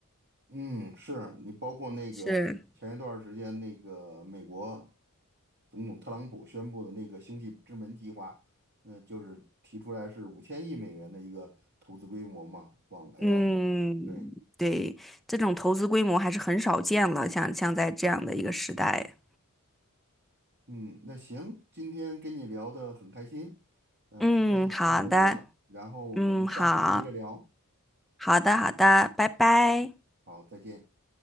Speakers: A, on the right; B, in the centre.
A: 嗯，是你包括那个前一段儿时间那个美国
B: 是，
A: 总统特朗普宣布的那个星际之门计划，那就是提出来是五千亿美元的一个投资规模嘛，往 AI
B: 嗯，
A: 对。
B: 对，这种投资规模还是很少见了，像像在这样的一个时代。
A: 嗯，那行，今天跟你聊得很开心，呃，
B: 嗯，
A: 时间也差不多了，
B: 好的，
A: 然后我们下次接着聊，
B: 嗯，好，好的，好的，拜拜，
A: 好，再见。